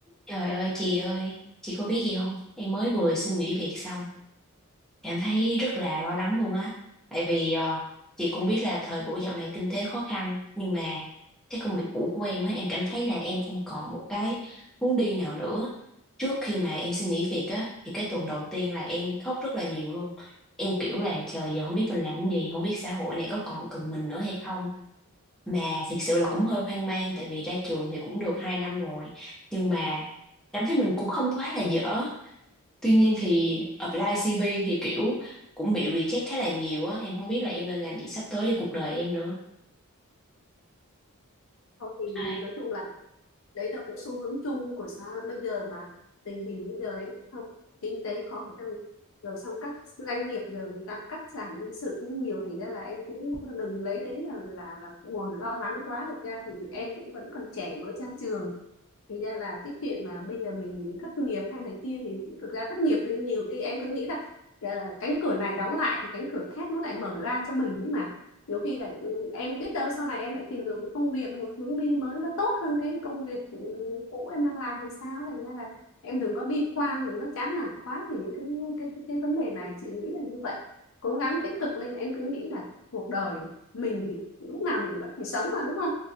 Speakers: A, in the centre; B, on the left (about 60°).
A: Trời ơi chị ơi, chị có biết gì không? Em mới vừa xin nghỉ việc xong, em thấy rất là lo lắng luôn á. Tại vì ờ, chị cũng biết là thời buổi dạo này kinh tế khó khăn, nhưng mà cái công việc cũ của em á, em cảm thấy là em không còn một cái hướng đi nào nữa. Trước khi mà em xin nghỉ việc á, thì cái tuần đầu tiên là em khóc rất là nhiều luôn. Em kiểu là trời giờ không biết mình làm cái gì, không biết xã hội này có còn cần mình nữa hay không mà thực sự là cũng hơi hoang mang tại vì ra trường thì cũng được 2 năm rồi nhưng mà cảm thấy mình cũng không quá là dở tuy nhiên thì apply CV thì kiểu cũng bị reject khá là nhiều á em không biết là em nên làm gì sắp tới cho cuộc đời em nữa
B: thôi thì
A: Ai.
B: nói chung là đấy là cũng xu hướng chung của xã hội bây giờ mà tình hình bây giờ em biết không kinh tế khó khăn rồi xong các doanh nghiệp giờ người ta cắt giảm nhân sự cũng nhiều thành ra là em cũng đừng lấy đấy là là là nguồn lo lắng quá thực ra thì em cũng vẫn còn trẻ mới ra trường thì ra là cái chuyện mà bây giờ mình thất nghiệp hay này kia thì thực ra thất nghiệp thì nhiều khi em cứ nghĩ là à, cánh cửa này đóng lại thì cánh cửa khác nó lại mở ra cho mình ấy mà nhiều khi là ừ, em biết đâu sau này em lại tìm được một công việc một hướng đi mới nó tốt hơn cái công việc ừ, cũ em đang làm thì sao thành ra là em đừng có bi quan đừng có chán nản quá thì những cái cái cái, cái vấn đề này chị nghĩ là như vậy cố gắng tích cực lên em cứ nghĩ là cuộc đời mình thì lúc nào mình vẫn phải sống mà đúng không